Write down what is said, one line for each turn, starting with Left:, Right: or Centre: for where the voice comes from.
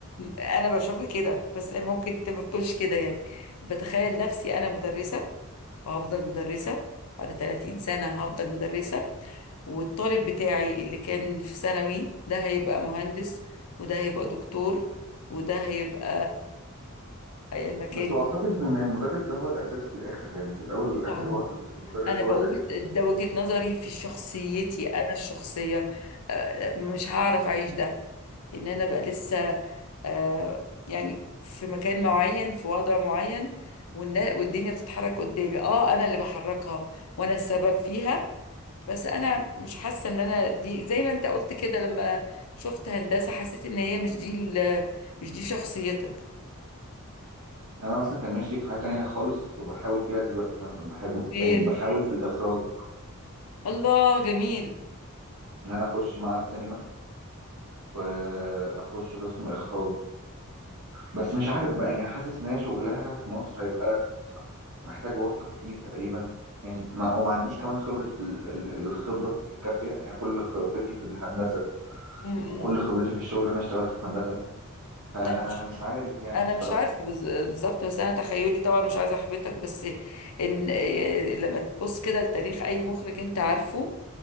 Left: انا بشوفها كده بس ممكن انت ما تكونش كده يعني بتخيل نفسي انا مدرسة وهفضل مدرسة بعد 30 سنة هفضل مدرسة والطالب بتاعي اللي كان في ثانوي ده هيبقى مهندس وده هيبقى دكتور وده هيبقى أيا ما كان
Right: بس بعتقد ان المدرس ده هو الاساس في الاخر يعني في الاول
Left: مسؤول
Right: والاخر
Left: عني
Right: هو المدرس
Left: أنا بقول
Right: هو الاساس
Left: ده وجهة نظري في شخصيتي أنا الشخصية آه، مش هعرف أعيش ده إن أنا بقى لسه آه، يعني في مكان معين في وضع معين والنا- والدنيا بتتحرك قدامي اه انا اللي بحركها وانا السبب فيها بس انا مش حاسه ان انا دي زي ما انت قلت كده لما شفت هندسه حسيت ان هي مش دي ال- مش دي شخصيتك
Right: يعني انا مثلا كان نفسي في حاجه تانية خالص وبحاول فيها دلوقتي مثلا بحاول
Left: غير
Right: يعني بحاول في الاخراج
Left: الله جميل
Right: ان انا اخش معهد سينما واخش قسم اخراج بس مش عارف بقى يعني حاسس ان هي شغلها في مصر هيبقى محتاج واسطة كتير تقريبا يعني ما وما عنديش كمان خبرة ال- ال- الخبرة الكافية يعني كل خبرتي في الهندسة
Left: امم
Right: وكل خبرتي في الشغل اللي انا اشتغلته في هندسة فمش
Left: انا مش
Right: عارف يعني
Left: أنا
Right: الصراحة
Left: مش عارفه بز- بالظبط بس انا تخيلي طبعا مش عايزه احبطك بس ان إيه، لما تبص كده لتاريخ اي مخرج انت عارفه